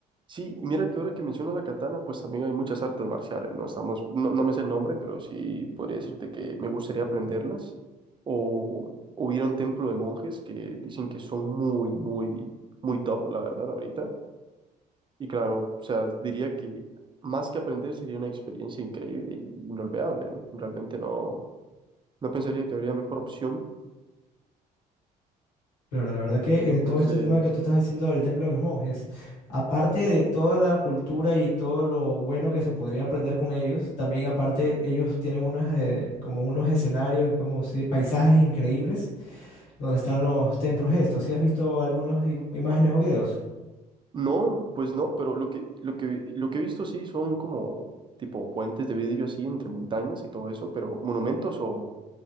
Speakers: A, on the right (about 25°); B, on the left (about 85°).
A: Sí, y mira que ahora que mencionas la katana, pues también hay muchas artes marciales, ¿no? Estamos, no, no me sé el nombre, pero sí podría decirte que me gustaría aprenderlas. O hubiera un templo de monjes que dicen que son muy, muy, muy top, la verdad, ahorita. Y claro, o sea, diría que más que aprender sería una experiencia increíble y inolvidable. ¿eh? Realmente no. No pensaría que habría mejor opción.
B: Claro, la verdad que en
A: Entonces,
B: todo este tema que tú estás diciendo del Templo de los Monjes, aparte de toda la cultura y todo lo bueno que se podría aprender con ellos, también aparte ellos tienen unos, eh, como unos escenarios, como si paisajes increíbles donde están los templos estos. ¿Sí has visto algunas i- imágenes o videos?
A: no, pues no, pero lo que, lo que, lo que he visto sí son como tipo puentes de vidrio así entre montañas y todo eso, pero monumentos o,